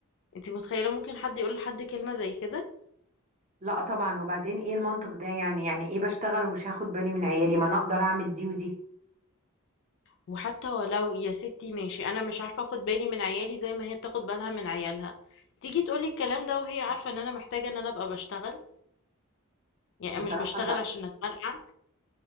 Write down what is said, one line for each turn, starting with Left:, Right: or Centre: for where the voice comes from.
Left: انتي متخيلة ممكن حد يقول لحد كلمة زي كده
Right: لا طبعا وبعدين ايه المنطق ده يعني يعني ايه بشتغل ومش هاخد بالي من عيالي ما انا اقدر اعمل دي ودي
Left: وحتى ولو يا ستي ماشي انا مش عارفة اخد بالي من عيالي زي ما هي بتاخد بالها من عيالها تيجي تقولي الكلام ده وهي عارفة ان انا محتاجة ان انا ابقى بشتغل يعني
Right: بصراحه
Left: انا مش بشتغل
Right: لا
Left: عشان اتمرقع